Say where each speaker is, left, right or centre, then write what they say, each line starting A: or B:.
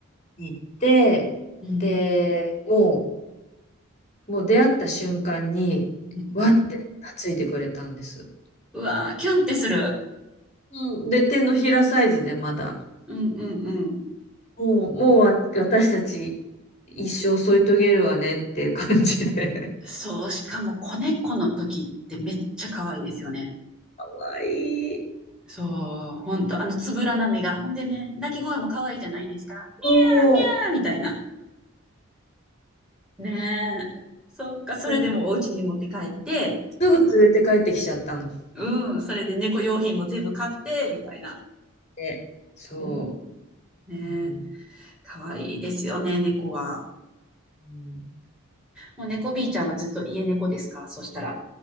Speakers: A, on the left; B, in the centre.
A: に行って、
B: うん、
A: で、もう、もう出会った瞬間に、
B: うん、
A: わって懐いてくれたんです。
B: うん。うわー、キュンってする。
A: うん、で、手のひらサイズでまだ、
B: うん、うん、うん。
A: もう、もうわ私たち一生添い遂げるわねっていう感じで。
B: そう、しかも子猫の時ってめっちゃ可愛いですよね。
A: <laughs> かわいい。
B: そう、ほんと、あのつぶらな目が。ほんでね、鳴き声も可愛いじゃないですか。ミ
A: そ
B: ャーみたいな。ねえ。そっか、それでもお家に持って帰って、
A: う。すぐ連れて帰ってきちゃったの。
B: うん、それで猫用品も全部買って、みたいな。
A: で、そ
B: うん。ねえ、
A: う。うん
B: かわいいですよね、猫は。
A: うん
B: もう猫 B ちゃんはずっと家猫ですかそしたら。